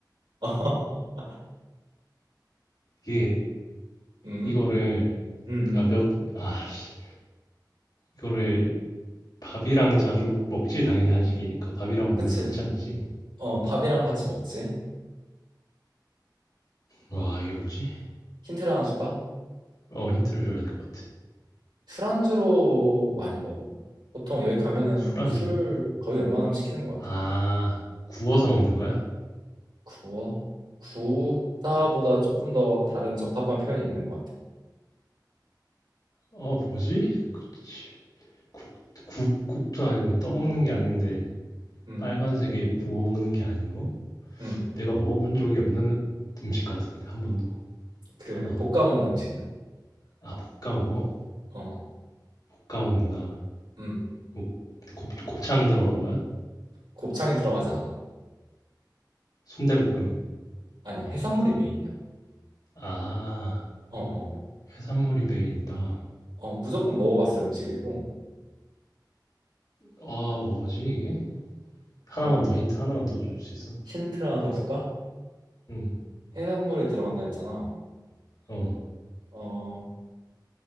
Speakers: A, on the right; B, on the left.
A: <laughs>
B: 이게
A: 음,
B: 이거를
A: 음, 음.
B: 아, 몇, 아, 씨, 이거를 밥이랑 자주 먹지, 당연히 한식이니까. 밥이랑 먹는
A: 그치.
B: 반찬이지.
A: 어,
B: 어.
A: 밥이랑 같이 먹지.
B: 와, 이게 뭐지?
A: 힌트를 하나 줄까?
B: 어, 힌트를 줘야 될 것 같아.
A: 술안주로 많이 먹어. 보통 여기 가면은
B: 술안주로?
A: 술 거의 웬만하면 시키는 것
B: 아,
A: 같아.
B: 구워서 먹는 거야?
A: 구워? 구다보다 조금 더 다른 적합한 표현이 있는 것 같아.
B: 어, 뭐지? 그치. 국, 국, 국도 아니고 떠먹는 게 아닌데,
A: 음,
B: 빨간색에 구워 먹는 게 아닌 거?
A: 음.
B: 내가 먹어본 적이 없는 음식 같은데, 한 번도.
A: 그
B: 태어나서.
A: 볶아 먹는 음식이야.
B: 아, 볶아 먹어?
A: 어,
B: 볶아 먹는다.
A: 음.
B: 뭐, 곱, 곱창 들어간 거야?
A: 곱창이 들어가지 않아.
B: 순대볶음.
A: 아니야, 해산물이 메인이야.
B: 아,
A: 어, 어.
B: 해산물이 메인이다. 아,
A: 어, 무조건 먹어봤을 음식이고.
B: 뭐지, 이게? 하나만
A: 음,
B: 더, 힌트 하나만 더 줄 수 있어?
A: 힌트를 하나 더 줄까?
B: 응,
A: 해산물이 들어간다 했잖아.
B: 어.
A: 어,